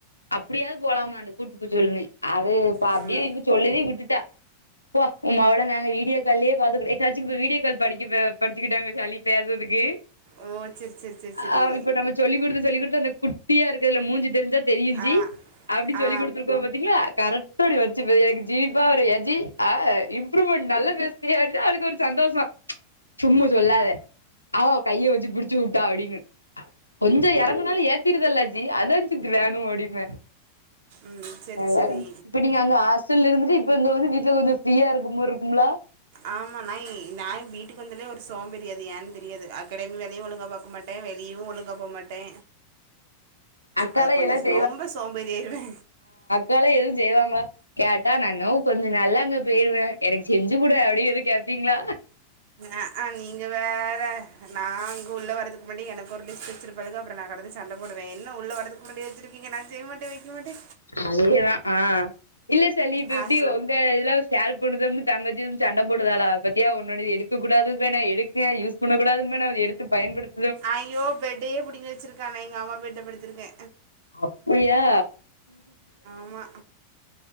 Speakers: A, on the left; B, on the right.
A: அப்டியாவது போலாமானு கூட்டுக்குச் சொல்லுவேன் அது இப்ப
B: ம்
A: அப்டியே இழு சொல்லிதே விட்டுட்டா போ உ மவளே நாங்க வீடியோ கால்லயே பாத்துகிடு எப்யோவாச்சு வீடியோ கால் படி இவ படிச்சுக்கிட்டாங்க சால்னி பேசறதுக்கு
B: ஓ சரி சரி சரி சரி
A: ஆ இப்ப நம்ப சொல்லி குடுத்து சொல்லி குடுத்து அந்த குட் டியா இருக்குதுல மூஞ்சு தெரிஞ்சா தெரிஞ்சி
B: ஆ
A: அப்டின்னு சொல்லி
B: ஆ
A: குடுத்துருப்பா பாத் திங்ளா கரெக்டோடி வெச்சுபே எனக்கு ஜீப்பா ஒரு யஜ்ஜி அ இப் இம்ப்ரூவ்மெண்ட் நல்ல பேஸ்றீங்க அப்டினா அவளுக்கு ஒரு சந்தோஷோ சும்மு சொல்லாத ஆவாவ் கைய வெச்சு பிடிச்சு வுட்டா அடின்னு கொஞ்சோ எறங்கனாலு ஏத் விக்கிறதல்ல ஜி அதான்ஜி க்ரானு அப்டின்பே
B: ம் சரி
A: <unintelligible>
B: சரி
A: இப்ப நீங்க அங்க ஹாஸ்டல்ல இருந்துட்டு இப்ப இங்க வந்து வீட்ல கொஞ்ச ஃப்ரீயா இருக்கும்மார் இருக்கும்ளே
B: ஆமா நை நா வீட்டுக்கு வந்தாலே ஒரு சோம்பேரி அது ஏந் தெரியாது அகாடமி வேலையு ஒழுங்கா பாக்க மாட்டே வெளியு ஒழுங்கா போ மாட்டே
A: அக்காலா
B: அது கொஞ்சச
A: எல்லாம்
B: ரொம்ப சோம்பேறி ஆயிருவே
A: வேல எதுவு செய்வாங்ளா கேட்டா நா இன்று கொஞ்ச நாள்ள அங்க போயிருவே எனக்கு செஞ்சு குடே அப்டி எத கேப்பீங்ளா
B: அ ஆ நீங்க வேற நா இங்க உள்ள வரதுகு மட்டு எனக்கொரு லிஸ்ட்டு வெச்சிருப் பழுக அப்றோ நா கெடந்து சண்ட போடுவே என்ன உள்ள வரதுக்குறன்டி வெச்சிருக்கீங்க நா செய்ய மாட்டே வெக்க மாட்டே
A: அதேதா ஆ இல்ல செல்வி இப்ப
B: ஆ,
A: எப்டி வரு பியே இதுலா அவெ ஷேர்ப் பண்ணுதம்னு தங்கச்சியும் சண்ட போடுதாலா பத்தியா ஒன்னோடையது எடுக்கக்கூடாதும்பே நா எடுத்தே யூஸ் பண்ணக்கூடாது <unintelligible> எடுத்து பயன்படுத்
B: ஐயோ பெட்டியே புடிங்கி வெச்சிருக்கா அவே எங்க அம்மா பெட்ட படுத்திருக்கே
A: அப்பயா
B: ஆமா